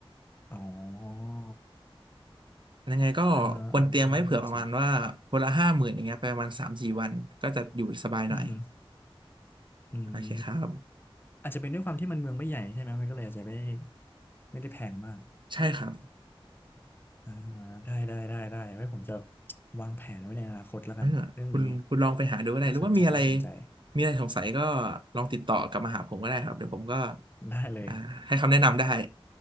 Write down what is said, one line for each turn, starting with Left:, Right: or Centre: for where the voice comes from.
Left: อ๋อ
Right: ยังไงก็ควรเตรียมไว้เผื่อประมาณว่าคนละห้าหมื่นอย่างเงี้ยไปประมาณสามสี่วันก็จะอยู่สบายหน่อย
Left: อ่าฮะอ่าฮะก็น่าสนใจอือฮึอืม
Right: โอเคครับ
Left: อาจจะเป็นด้วยความที่มันเมืองไม่ใหญ่ใช่ไหมมันก็เลยอาจจะไม่ไม่ได้แพงมาก
Right: ใช่ครับ
Left: อ่าได้ได้ได้ได้ไว้ผมจะวางแผนไว้ในอนาคตแล้วกันเรื่องนี้
Right: เออคุณคุณลองไปหาดูก็ได้หรือว่ามีอะไร
Left: น่าสนใจน่าสนใจ
Right: มีอะไรสงสัยก็ลองติดต่อกลับมาหาผมก็ได้ครับเดี๋ยวผมก็
Left: ได้เลย
Right: อ่าให้คำแนะนำได้